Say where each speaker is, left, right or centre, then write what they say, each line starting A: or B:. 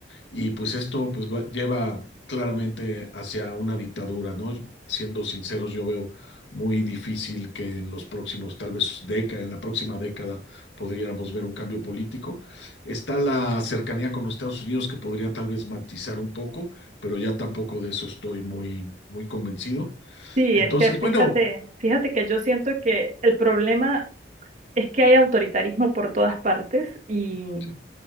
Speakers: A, on the left; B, on the right.
A: y pues esto pues va- lleva claramente hacia una dictadura, ¿no? Siendo sinceros, yo veo muy difícil que en los próximos, tal vez década, en la próxima década, podríamos ver un cambio político. Está la cercanía con los Estados Unidos que podría tal vez matizar un poco, pero ya tampoco de eso estoy muy, muy convencido.
B: Sí,
A: Entonces,
B: es que fíjate,
A: bueno,
B: fíjate que yo siento que el problema es que hay autoritarismo por todas partes y
A: sí,